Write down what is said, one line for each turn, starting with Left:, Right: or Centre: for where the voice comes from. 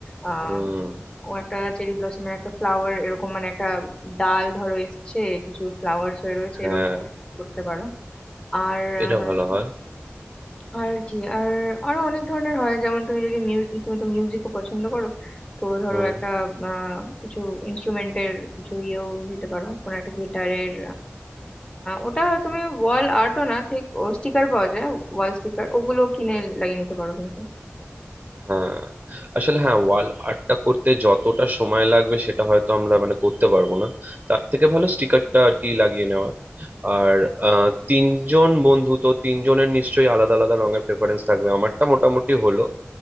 Left: আহ
Right: হুম
Left: ও একটা চেরি ব্লসমের একটা ফ্লাওয়ার এরকম মানে একটা ডাল ধরো এসছে কিছু ফ্লাওয়ার্স হয়ে রয়েছে
Right: হ্যাঁ
Left: এরকম টাইপের কিছু করতে পারো আর
Right: এটা
Left: আহ, নয়
Right: ভালো হয়
Left: আর কি আর আরো অনেক ধরনের হয় যেমন তুমি যদি মিউজিক তুমি তো মিউজিকও পছন্দ করো তো ধরো
Right: হুম
Left: একটা আহ, কিছু ইনস্ট্রুমেন্টের কিছু ইয়েও দিতে পারো কোনো একটা গিটারের ওটা তুমি ওয়াল আর্টও না ঠিক স্টিকার পাওয়া যায় ওয়াল স্টিকার ওগুলো কিনে লাগিয়ে নিতে পারো কিন্তু
Right: হ্যাঁ আসলে হ্যাঁ ওয়াল আর্টটা করতে যতটা সময় লাগবে সেটা হয়তো আমরা মানে করতে পারবো না তার থেকে ভালো স্টিকারটা আর কি লাগিয়ে নেওয়া আর আহ, তিনজন বন্ধু তো তিনজনের নিশ্চয়ই আলাদা আলাদা রঙের প্রেফারেন্স থাকবে আমারটা মোটামুটি হলো